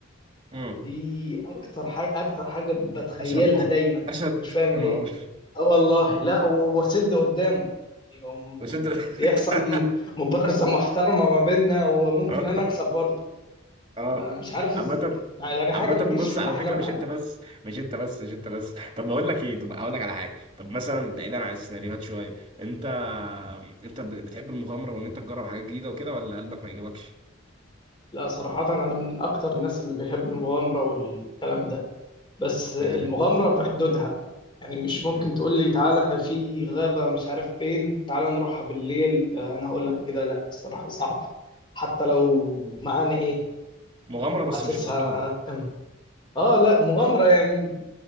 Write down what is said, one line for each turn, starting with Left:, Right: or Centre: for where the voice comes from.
Right: مم.
Left: دي اكتر حاجة اكتر حاجة بتخيلها
Right: اشد
Left: دايما
Right: اشد
Left: مش فاهم
Right: يا
Left: ليه
Right: نهار أبيض.
Left: اه والله لا و- واسد قدامه يوم
Right: مش انت
Left: بيحصل
Right: <laughs>
Left: م- مبارزة محترمة ما بيننا وممكن
Right: اه
Left: انا اكسب برضه
Right: اه
Left: ما- مش عارف
Right: عامة
Left: ازاي يعني
Right: عامة
Left: حاجة بتجيش
Right: بص
Left: في
Right: على
Left: الاحلام
Right: فكرة مش
Left: حتى
Right: انت بس مش انت بس مش انت بس طب بقول لك ايه طب هقول لك على حاجة طب مثلا بعيدا عن السيناريوهات شوية انت انت بتحب المغامرة وان انت تجرب حاجات جديدة وكده ولا قلبك ما يجيبكش؟
Left: لا صراحة أنا من أكتر الناس اللي بيحب المغامرة والكلام ده بس المغامرة
Right: جامد
Left: بحدودها يعني مش ممكن
Right: مم.
Left: تقول لي تعالى في غابة مش عارف فين تعالى نروحها بالليل لا، أنا هقول لك كده لا الصراحة صعبة حتى لو معانا إيه
Right: مغامرة بس
Left: حاسسها
Right: مش بخطورة
Left: كان آه لا مغامرة يعني